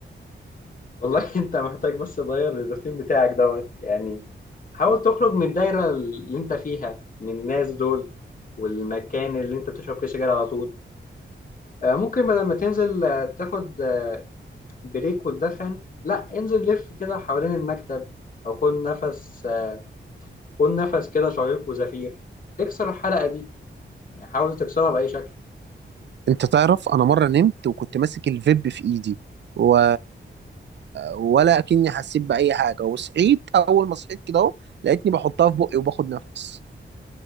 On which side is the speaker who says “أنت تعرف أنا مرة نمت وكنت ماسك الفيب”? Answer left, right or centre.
Right